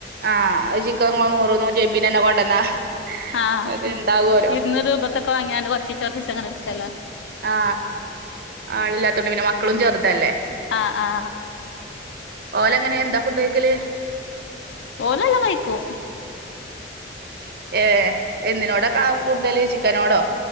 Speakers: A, on the right (about 55°); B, on the left (about 75°).
A: ആഒരു ചിക്കന് നൂറ് നൂറ്റിമ്പത് ക്കെ കൊണ്ടന്നാ
B: ആഹ്
A: ഇങ്ങക്ക് ഇണ്ടാവോലോ
B: ഇരുനൂറ് രൂപക്കക്കെ വാങ്ങിയാല് കുറച്ച് കുറച്ച് ങ്ങന എടുക്കല്ല
A: ആ ആളില്ലാത്തോണ്ട് പിന്നെ മക്കളും ചെറുതല്ലേ
B: ആ ആ
A: ഓല എങ്ങനെ എന്താ ഫുഡ് കഴിക്കല്
B: ഓല് ല്ലാം കഴിക്കും
A: ഏ എന്തിനോട കാ കൂടുതൽ ചിക്കനോടോ